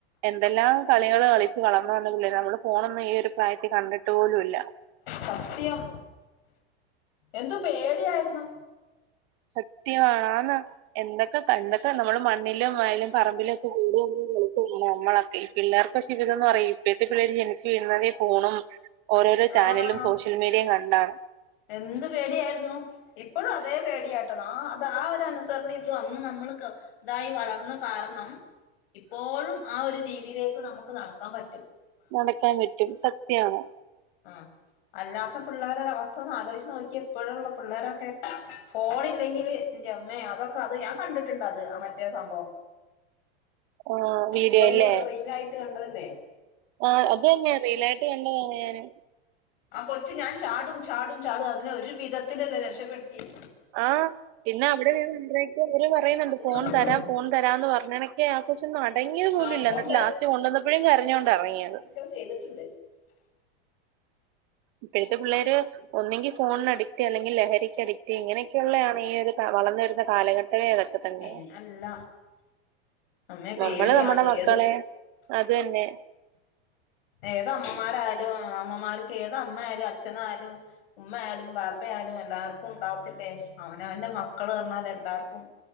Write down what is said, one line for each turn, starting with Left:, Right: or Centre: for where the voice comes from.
Right: എന്തെല്ലാം കളികള് കളിച്ച് വളർന്നു വന്ന പിള്ളേരാ നമ്മള് ഫോണൊന്ന ഈ ഒരു പ്രായത്തിൽ കണ്ടിട്ട് പോലുമില്ല
Left: സത്യം എന്ത്പേടിയായിരുന്നു
Right: സത്യണ് എന്തൊക്കെ എന്തൊക്കെ നമ്മള് മണ്ണിലും വയലും പറമ്പിലും ഒക്കെ കൂട നമ്മളൊക്കെ ഈ പിള്ളേർക്ക് പക്ഷെ തംന്ന് പറയും ഇപ്പഴത്തെ പിള്ളേര് ജനിച്ചു വീഴുന്നതേ ഫോണും ഓരോരോ ചാനലും
Left: ആഹ്
Right: സോഷ്യൽ മീഡിയയും കണ്ടാണ്
Left: എന്ത് പേടിയായിരുന്നു ഇപ്പോഴും അതേ പേടിയാട്ടോ അത് ആ ഒരു അനുസരണം ഇത് വന്ന് നമ്മൾക്ക് ഇതായി വളർന്ന കാരണം ഇപ്പോഴും ആ ഒരു രീതിയിലേക്ക് നമുക്ക് നടക്കാൻ പറ്റും
Right: നടക്കാൻ പറ്റും സത്യണ്
Left: ആ അല്ലാത്ത പിള്ളേരെ അവസ്ഥ ഒന്ന് ആലോചിച്ച് നോക്കിയേ ഇപ്പോഴുംള്ള പിള്ളേരൊക്കെ ഫോണ് ഇല്ലെങ്കില് എന്റെ അമ്മേ അതൊക്കെ അത് ഞാൻ കണ്ടിട്ടുണ്ട് അത് ആ മറ്റേ സംഭവം
Right: ആ വീഡിയോ
Left: ഫോണില്
Right: അല്ലേ?
Left: റീലായിട്ട് കണ്ടതല്ലേ
Right: ആ അത് തന്നെ റീലായിട്ട് കണ്ടതാണ് ഞാനും
Left: ആ കൊച്ച് ഞാൻ ചാടും ചാടും ചാടും അതിനെ ഒരു വിധത്തിലല്ലേ രക്ഷപ്പെടുത്തിയെ
Right: ആ പിന്നെ അവിടെനിന്ന് എന്തരക്കെയോ അവർ പറയുന്നുണ്ട്
Left: അത്
Right: ഫോൺ
Left: ഞാൻ കണ്ടു
Right: തരാം ഫോൺ തരാന്ന് പറഞ്ഞണക്കെയാ കൊറച്ച് ഒന്നടങ്ങിയത് പോലുംല്ല
Left: ആഹ് ഫോൺ
Right: എന്നിട്ട് ലാസ്റ്റ് കൊണ്ടുവന്നപ്പോഴും കരഞ്ഞോണ്ടാ ഇറങ്ങിയത്
Left: ക്കെ ചെയ്തിട്ടിണ്ട്
Right: ഇപ്പഴത്തെ പിള്ളേര് ഒന്നെങ്കി ഫോണിന് അഡിക്റ്റ് അല്ലെങ്കിൽ ലഹരിക്ക് അഡിറ്റ് ഇങ്ങനെയൊക്കെയുള്ളയാണ് ഈ ഒരു വളർന്ന് വരുന്ന കാലഘട്ടവേ അതൊക്കെ തന്നെ
Left: പിന്നെ അല്ല അമ്മേ പേടിയാണ്
Right: നമ്മള് നമ്മടെ മക്കളെ
Left: ഏത്
Right: അതന്നെ
Left: ഏതമ്മമാരായാലും അമ്മമാർക്ക് ഏത് അമ്മയാലും അച്ഛ അച്ഛനായാലും ഉമ്മ ആയാലും ബാപ്പ പ്പയാലും എല്ലാർക്കും ഉണ്ടാവത്തില്ലേ അവനവന്റെ മക്കള് പറഞ്ഞാൽ എല്ലാർക്കും